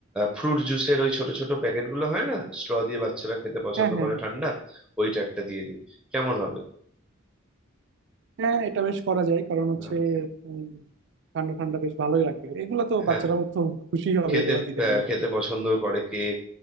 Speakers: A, in the centre; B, on the right (about 60°).
A: ফ্রুট জুসের ওই ছোট ছোট প্যাকেটগুলো হয় না স্ট্র দিয়ে বাচ্চারা খেতে পছন্দ
B: হ্যাঁ হ্যাঁ
A: করে
B: হ্যাঁ
A: ঠান্ডা ওইটা একটা দিয়ে দিই কেমন হবে
B: হ্যাঁ এটা বেশ করা যায় কারণ হচ্ছে
A: হ্যাঁ
B: উম, ঠান্ডা ঠান্ডা বেশ ভালোই লাগবে এগুলো তো
A: হ্যাঁ
B: বাচ্চারা তো খুশি হবে
A: খেতে
B: এগুলো দিলে
A: আহ,
B: মনে
A: খেতে
B: হয়
A: পছন্দ করে কেক